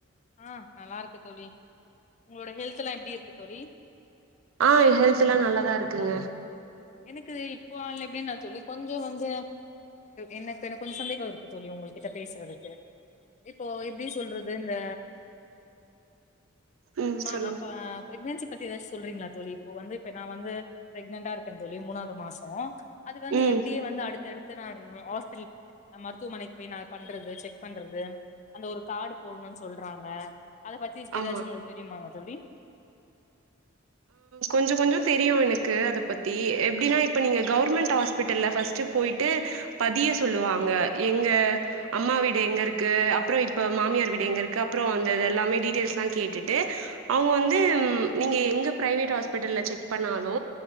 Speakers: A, on the left; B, on the right.
A: ஆ நல்லா இருக்கு தோழி உங்களோட ஹெல்த் எல்லா எப்டி இருக்கு தோழி
B: ஆ ஹெல்த் எல்லா நல்லாதா இருக்குங்க
A: எனக்கு இப்போ ஆல எப்டின்னா நான் தோழி கொஞ்சோ வந்து எனக்கு எனக்கு கொஞ்ச சந்தேகம் இருக்கு தோழி உங்கள்ட்ட பேசுறதுக்கு இப்போ எப்டி சொல்றது இந்த
B: ம்
A: மா
B: சொல்லுங்க
A: அப்ப ப்ரக்னன்சி பத்தி ஏதாச்சு சொல்றீங்ளா தோழி இப்ப வந்து நா வந்து பிரெக்னட்டா இருக்க தோழி மூனாவது மாசோ அதுக்கு வந்து
B: ம்
A: எப்படியே வந்து அடுத்தடுத்து நானு ஹாஸ்பிடல் மருத்துவமனைக்கு போய் நா பண்றது செக் பண்றது அந்த ஒரு கார்டு போடணுன்னு சொல்றாங்க அத பத்தி ஏதாச்சு
B: ஆமா
A: ஒங்களுக்கு தெரியுமாங்க தோழி
B: கொஞ்சோ கொஞ்சோ தெரியு எனக்கு அத பத்தி எப்டின்னா இப்ப நீங்க கவர்மெண்ட் ஹாஸ்பிட்டல்ல ஃபஸ்ட்டு போயிட்டு பதிய சொல்லுவாங்க எங்க அம்மா வீடு எங்க இருக்கு அப்பறோ இப்ப மாமியார் வீடு எங்க இருக்கு அப்பறோ அந்த இது எல்லாமே டீட்டெய்ல்ஸ் எல்லா கேட்டுட்டு அவுங்க வந்து நீங்க எங்க பிரைவேட் ஹாஸ்பிட்டல்ல செக் பண்ணாலு